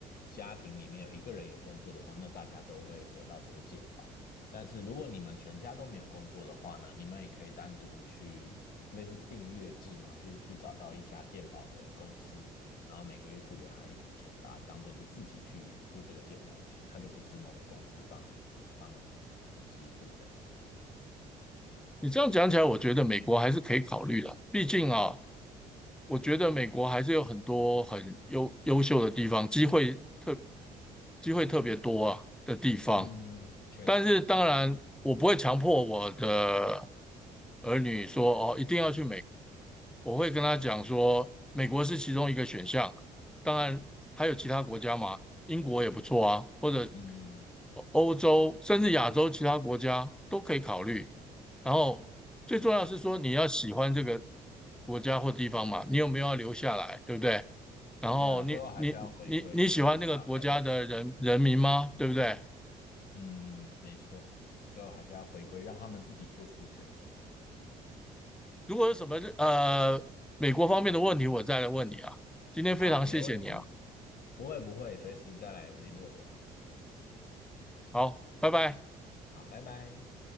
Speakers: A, on the left (about 55°); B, in the centre.
A: 家庭里面有一个人有工作的话，那大家都会得到这个健保。但是如果你们全家都没有工作的话呢，你们也可以单独去类似订阅制嘛，就是去找到一家健保的公司，然后每个月付给他一笔钱，把它当做是自己去付这个健保的钱，他就不是某个公司帮你。帮你呃支付的。
B: 你这样讲起来，我觉得美国还是可以考虑的。毕竟啊，我觉得美国还是有很多很优优秀的地方，机会特机会特别多啊的地方。
A: 嗯，确实确实，
B: 但是当然，我不会强迫我的儿女说哦，一定要去美国我会跟他讲说，美国是其中一个选项，当然还有其他国家嘛，英国也不错啊，或者
A: 嗯，
B: 欧欧洲甚至亚洲其他国家都可以考虑。然后最重要是说，你要喜欢这个国家或地方嘛，你有没有要留下来，对不对？然后你你你你喜欢那个国家的人人民吗？
A: 对啊，最后还是要回归这个小孩本身。
B: 对不对？
A: 嗯，没错，最后还是要回归，让他们自己做出选择。
B: 如果有什么呃美国方面的问题，我再来问你啊。今天非常谢谢你啊，
A: 好，没问题，不会不会，随时再来联络我。
B: 好，拜拜。
A: 好，拜拜。